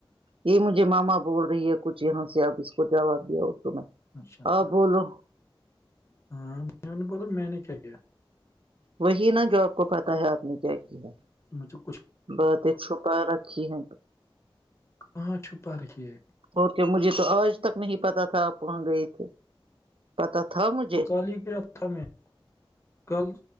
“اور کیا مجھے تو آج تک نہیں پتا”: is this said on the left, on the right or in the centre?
Right